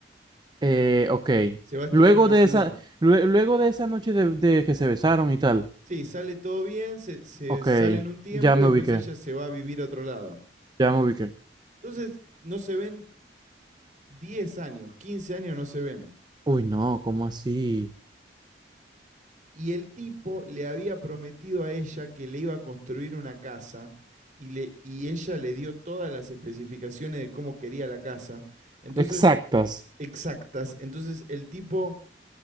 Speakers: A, on the right; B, on the right.
A: Eh, ok.
B: se va a estudiar
A: Luego
B: a una
A: de
B: ciudad.
A: esa, lue- luego de esa noche de, de que se besaron y tal.
B: Sí, sale todo bien, se, se
A: Ok,
B: salen un tiempo
A: ya me
B: y después
A: ubiqué,
B: ella se va a vivir a otro lado.
A: ya me ubiqué.
B: Entonces no se ven 10 años, 15 años no se ven.
A: Uy, no, ¿cómo así?
B: Y el tipo le había prometido a ella que le iba a construir una casa y, le, y ella le dio todas las especificaciones de cómo quería la casa. Entonces,
A: Exactas.
B: exactas. Entonces, el tipo